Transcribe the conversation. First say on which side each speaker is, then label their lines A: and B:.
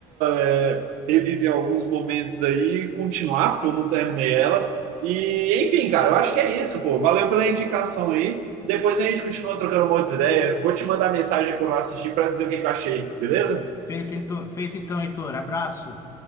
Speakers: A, on the right; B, on the left.
A: é, reviver alguns momentos aí e continuar, porque eu não terminei ela. E, enfim, cara, eu acho que é isso, pô. Valeu pela indicação aí. Depois a gente continua trocando uma outra ideia. Vou te mandar mensagem quando eu assistir para dizer o que, que eu achei, beleza?
B: Feito, então, feito então, Heitor. Abraço.